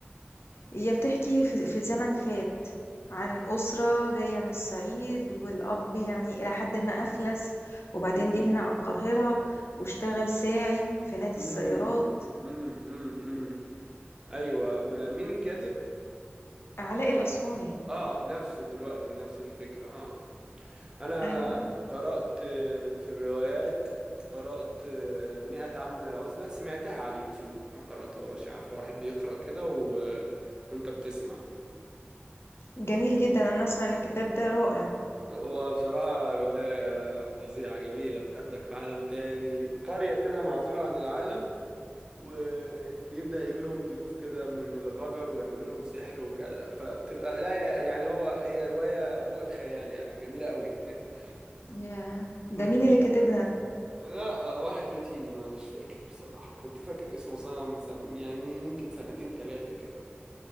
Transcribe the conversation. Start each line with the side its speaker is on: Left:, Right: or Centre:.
Left: هي بتحكي في في زمن فات عن أسرة جاية من الصعيد والأب يعني إلى حد ما أفلس وبعدين
Right: امم
Left: جه هنا على القاهرة واشتغل ساعي في نادي
Right: امم
Left: السيارات
Right: امم ايوه م- مين الكاتب
Left: علاء الأسواني
Right: اه نفسه دلوقتي نفس الفكره اه انا
Left: أيوة
Right: قرات آه، في الروايات قرات آه، مئة عام من العزله سمعتها على اليوتيوب ما قراتهاش عارفه واحد بيقرا كده و... وانت بتسمع
Left: جميل جدا أنا أسمع إن الكتاب ده رائع
Right: هو بصراحه روايه فظيعه جميله بتاخدك في عالم تاني قريه كده معزوله عن العالم وبيبدأ يجي لهم ضيوف كده من الغجر ويعملوا لهم سحر وكده فبتبقى لا يعني هو هي رواية فوق الخيال يعني جميلة قوي <laughs>
Left: ياه ده
Right: مم.
Left: مين اللي كاتبها؟
Right: لا آه، واحد لاتيني ما مش فاكر بصراحة كنت فاكر اسمه سنة من سن... يعني من يمكن سنتين ثلاثة كده